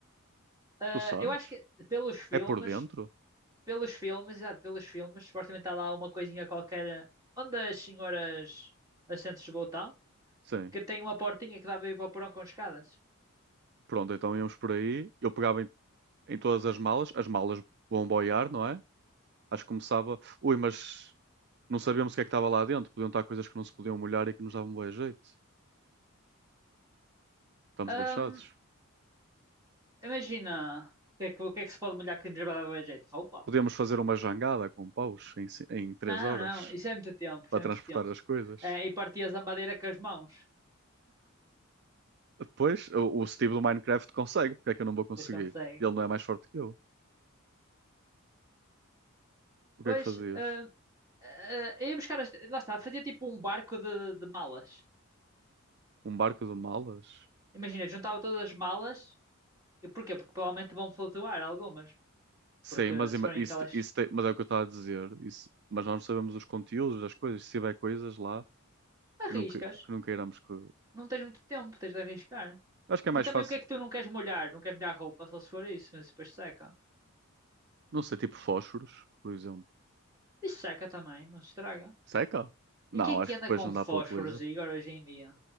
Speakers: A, on the right; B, on the right.
A: Ah,
B: Tu sabes?
A: eu acho que pelos filmes,
B: É por dentro?
A: pelos filmes, exato, pelos filmes, supostamente está lá uma coisinha qualquer onde as senhoras assentos de botão,
B: Sim.
A: que tem uma portinha que dá para ir para o porão com escadas.
B: Pronto, então íamos por aí. Eu pegava em, em todas as malas, as malas vão boiar, não é? Acho que começava. Ui, mas não sabíamos o que é que estava lá dentro. Podiam estar coisas que não se podiam molhar e que nos davam bom jeito. Estamos
A: Ahm,
B: lixados.
A: imagina, o que é que, o que é que se pode molhar que nos vai dar jeito? Roupa?
B: Podíamos fazer uma jangada com paus em, ci- em três
A: Não,
B: horas
A: não, isso é muito tempo, isso
B: para
A: é
B: transportar
A: muito tempo.
B: as coisas.
A: É, e partias a madeira com as mãos.
B: Depois, o, o Steve do Minecraft consegue, porque é que eu não vou conseguir?
A: Pois consegue.
B: Ele não é mais forte que eu. O que
A: Pois,
B: é que fazias?
A: hum, Ah, eu ia buscar, as- lá está, fazia tipo um barco de, de malas.
B: Um barco de malas?
A: Imagina, juntava todas as malas. E porquê? Porque provavelmente vão flutuar algumas.
B: Sim,
A: Porque
B: mas,
A: se
B: ima-
A: forem
B: isso,
A: aquelas
B: isso tem- mas é o que eu estava a dizer. Isso, mas nós não sabemos os conteúdos das coisas. Se tiver coisas lá
A: arriscas,
B: que não, que, que não queiramos que.
A: não tens muito tempo, tens de arriscar.
B: Acho que é mais
A: E também
B: fácil.
A: o que é que tu não queres molhar? Não queres molhar a roupa, só se for isso, mas depois seca.
B: Não sei, tipo fósforos, por exemplo.
A: E seca também, não se estraga.
B: Seca? Não,
A: E quem é que
B: acho
A: anda
B: que depois
A: com
B: não
A: fósforos,
B: dá para utilizar.
A: Igor, hoje em dia?